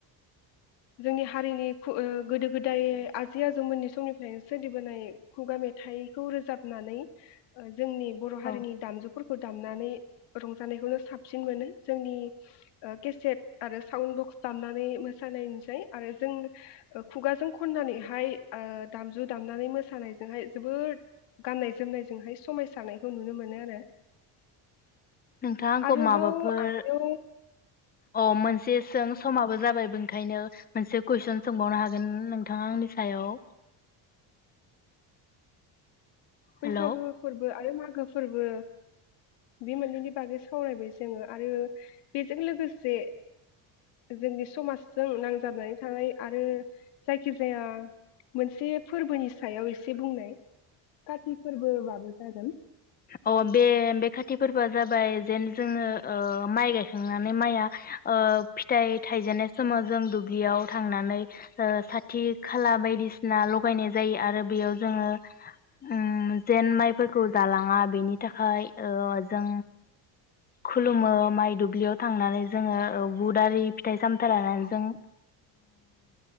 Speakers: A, on the left; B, on the left.
A: जोंनि हारिनि ओ गोदो गोदाय आजै आजौमोननि समनिफ्रायनो सोलिबोनाय खुगा मेथाइखौ रोजाबनानै जोंनि बर' हारिनि
B: औ
A: दामजुफोरखौ दाम नानो रंजानायखौनो साबसिन मोनो जोंनि ओ केसेट आरो साउन बक्स दामनानै मोसानाय आरो जों खुगाजों खननानैहाय ओ दामजु दामनानै मोसानायजोंहाय जोबोर गाननाय जोमनायजोंहाय समायसारनायखौ नुनो मोनो आरो
B: नोंथां आंखौ
A: आरोबाव
B: माबाफोर
A: आगोलाव
B: अ मोनसे सों समाबो जाबाय ओंखायनो मोनसे कुइसन सोंबावनो हागोन नोंथाङा आंनि सायाव
A: बैसागो
B: हेलौ
A: फोरबो आरो मागो फोरबो बे मोननैनि बागै सावरायबाय जोङो आरो जों लोगोसे जोंनि समाजजों नांजाबनानै थानाय आरो जायखिजाया मोनसे फोरबोनि सायाव एसे बुंनाय काति फोरबोबाबो जागोन
B: अ बे बे खाथि फोरबोआ जाबाय जेन जोङो ओ माइ गायखांनानै माइआ ओ फिथाइ थाइजेननाय समाव जों दुब्लियाव थांनानै ओ साथि खाला बायदिसिना लगायनाय जायो आरो बेयाव जोङो ओम जेन माइफोरखौ जालां थाङा बेनि थाखाय ओ जों खुलुमो माइ दुब्लियाव थांनानै जोङो बुद आरि फिथाइ सामथाइ लानानै जों